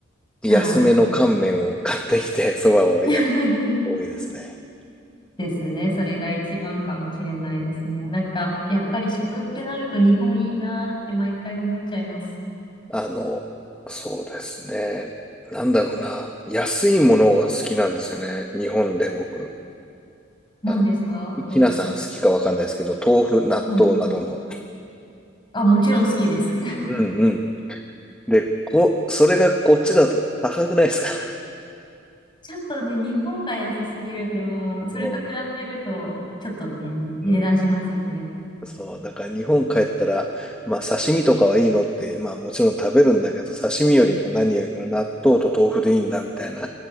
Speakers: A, in the centre; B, on the left (about 25°).
A: 安めの乾麺を買ってきて、
B: はい。
A: そばをやる
B: <laughs>
A: 多いですね。
B: ですね。それが一番かもしれないですね。
A: うん
B: なんか、やっぱり食ってなると日本いいなーって毎回思っちゃいます。
A: あの、そうですね。なんだろうな。安いものが好きなんですよね。日本で僕。
B: 何ですかどうい、
A: あの、ひひなさん好きかわかんないですけど、豆腐、納豆などの。
B: はい。あ、もちろん好きです。<laughs>
A: うんうん。で、こ、それがこっちだと高くないですか <laughs>
B: ちょっとね、日本が安すぎるんで、もう、それと比べると、
A: そ
B: ちょっとね、値段しますよね。
A: ううん。そう。だから日本帰ったら、まあ刺身とかはいいのって、まあもちろん食べるんだけど、刺身よりも何よりも納豆と豆腐でいいんだみたいな